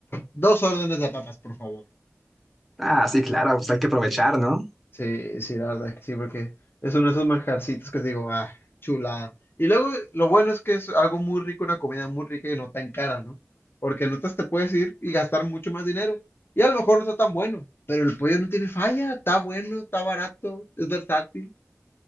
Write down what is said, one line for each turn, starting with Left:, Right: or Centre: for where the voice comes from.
Left: Dos órdenes de papas, por favor.
Centre: Ah, sí, claro, pues hay que aprovechar, ¿no?
Left: Sí, sí, la verdad es que sí, porque es uno de esos manjarcitos que digo, ah, chulada. Y luego lo bueno es que es algo muy rico, una comida muy rica y no tan cara, ¿no? Porque en otras te puedes ir y gastar mucho más dinero. Y a lo mejor no está tan bueno, pero el pollo no tiene falla, está bueno, está barato, es versátil.